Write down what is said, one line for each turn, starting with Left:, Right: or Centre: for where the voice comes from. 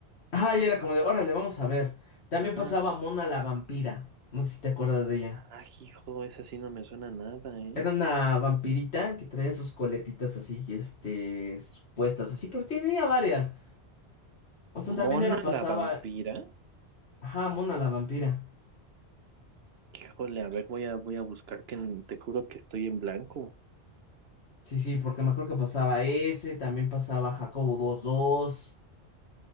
Left: Ah, y era como de, órale, vamos a ver. También
Right: Ajá.
Left: pasaba Mona la vampira. No sé si te acuerdas de ella.
Right: Ah, hijo, esa sí no me suena nada, ¿eh?
Left: Era una vampirita que traía sus coletitas así, este, puestas así, pero tenía varias. O sea, también
Right: Mona
Left: era pasaba,
Right: la vampira.
Left: ajá, Mona la vampira.
Right: Híjole, a ver, voy a, voy a buscar que n- te juro que estoy en blanco.
Left: Sí, sí, porque me acuerdo que pasaba ese, también pasaba Jacobo dos dos